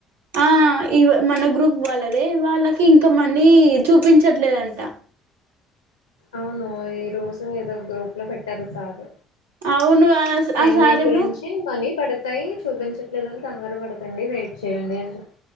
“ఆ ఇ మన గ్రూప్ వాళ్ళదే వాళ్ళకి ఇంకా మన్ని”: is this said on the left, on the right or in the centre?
Right